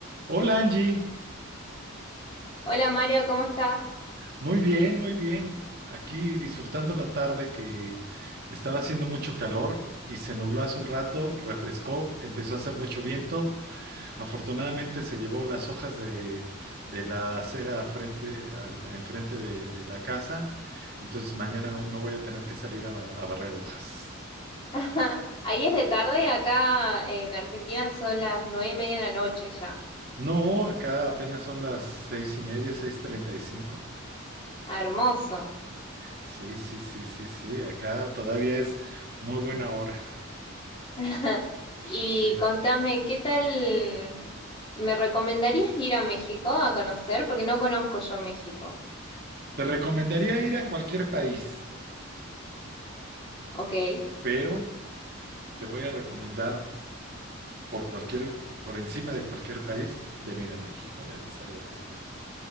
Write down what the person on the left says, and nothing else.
Hola Mario, ¿cómo estás?
<laughs> Ahí es de tarde, acá en Argentina son las nueve y media de la noche ya.
Ah, hermoso.
<laughs> Y
contame, ¿qué tal? ¿Me recomendarías ir a México a conocer? Porque no conozco yo México.
Ok.